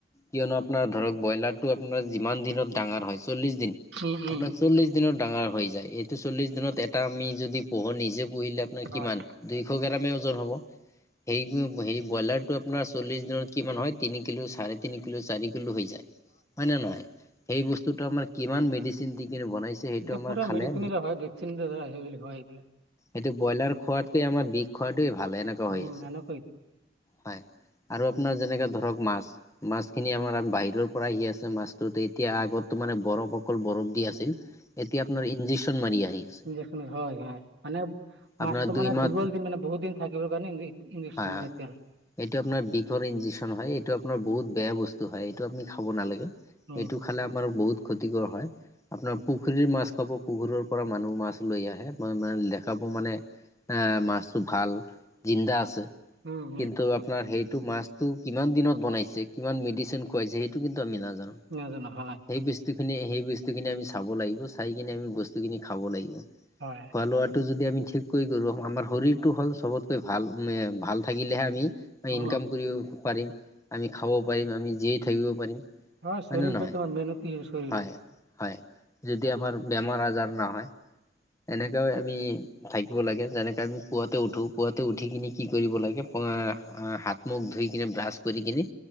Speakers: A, on the left; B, on the right.
A: কিয়নো আপোনাৰ ধৰক ব্ৰইলাৰটো আপোনাৰ যিমান দিনত ডাঙৰ হয়। চল্লিশ দিন
B: উম উম
A: আপোনাৰ চল্লিশ দিনত ডাঙৰ হৈ যায় এইটো চল্লিশ দিনত এটা আমি যদি পোহৰ নিজে পুহিলে আপোনাৰ
B: হয়
A: কিমান দুইশ গ্ৰামে ওজন হ'ব। হেৰি হেৰি ব্ৰইলাৰটো আপোনাৰ চল্লিছ দিনত কিমান হয় তিনি কিলো চাৰে তিনি কিলো চাৰি কিলো হৈ যায়। হয় নে নহয়। সেই বস্তুটো আমাৰ কিমান মেডিচিন দি কিনে বনাইছে। সেইটো
B: এতিয়া
A: আমাৰ
B: পুৰা
A: খালে
B: মেডিচিনেৰে হয়। ভেকচিন ধ হয়। এইবিলাক
A: এইটো ব্ৰইলাৰ খোৱাতকে আমাৰ বিধ খোৱাতোৱে ভাল এনেকুৱা
B: উম
A: হৈ আছে,
B: এনেকৈ
A: হয়। আৰু আপোনাৰ যেনেকে ধৰক মাছ মাছখিনি আমাৰ বাহিৰৰ পৰা আহি আছে মাছটোত এতিয়া আগতো মানে বৰফ অকল বৰফ দি আছিল এতিয়া আপোনাৰ ইনজেকচন মাৰি আহিছে
B: এখন হয় হয় মানে
A: আপোনাৰ
B: মাছটো
A: দুই
B: মানে
A: মাহ
B: দীঘল দিন মানে বহুত দিন থাকিবৰ কাৰণে ইংলিছ
A: হয়
B: মাৰে
A: হয়
B: এতিয়া
A: এইটো আপোনাৰ বিষৰ ইনজেকচন হয় এইটো আপোনাৰ বহুত বেয়া বস্তু হয় এইটো আপুনি খাব নালাগে
B: উম
A: এইটো খালে আমাৰ বহুত ক্ষতিকৰ হয় আপোনাৰ পুখুৰীৰ মাছ খাব পুখুৰীৰ পৰা মানুহ মাছ লৈ আহে মানে দেখাব মানে এ মাছটো ভাল জিন্দা আছে
B: উম উম
A: কিন্তু আপোনাৰ সেইটো মাছ টো কিমান দিনত বনাইছে কিমান মেডিচিন খোৱাইছে সেইটো কিন্তু আমি নাজানো
B: নাজানো হয়
A: সেই বস্তুখিনি সেই বস্তুখিনি আমি চাব লাগিব চাই কিনে আমি বস্তুখিনি খাব লাগিব
B: হয়
A: খোৱা লোৱাটো যদি আমি ঠিক কৰি কৰো আমাৰ শৰীৰটো হ'ল চবতকৈ ভাল মে ভাল থাকিলেহে আমি আমি
B: উম
A: ইনকাম কৰিব পাৰিম আমি খাব পাৰিম আমি জীয়াই থাকিব পাৰিম
B: হয় শৰীৰটো
A: নে নহয়
B: কিমান মেহনটি আছে
A: হয় হয় যদি আমাৰ বেমাৰ আজাৰ নহয় এনেকৈ আমি থাকিব লাগে যেনেকে আমি পুৱাতে উঠো পুৱাতে উঠি কিনি কি কৰিব লাগে পুৱা আ হাত মুখ ধুই কিনে ব্ৰাছ কৰি কিনি